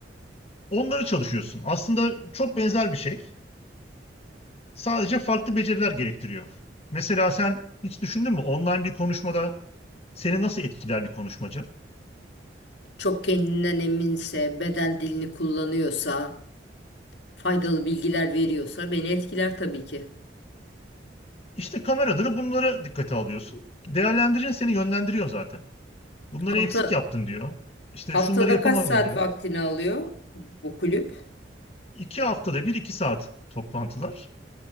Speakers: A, on the left (about 35°); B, on the left (about 75°).
A: onları çalışıyorsun. Aslında çok benzer bir şey. Sadece farklı beceriler gerektiriyor. Mesela sen hiç düşündün mü online bir konuşmada seni nasıl etkiler bir konuşmacı?
B: çok kendinden eminse, beden dilini kullanıyorsa, faydalı bilgiler veriyorsa beni etkiler tabii ki.
A: İşte kamerada da bunlara dikkate alıyorsun. Değerlendirin seni yönlendiriyor zaten. Bunları
B: Hafta,
A: eksik yaptın diyor. İşte
B: haftada
A: şunları yapamadın
B: kaç saat
A: diyor.
B: vaktini alıyor bu kulüp?
A: İki haftada bir iki saat toplantılar.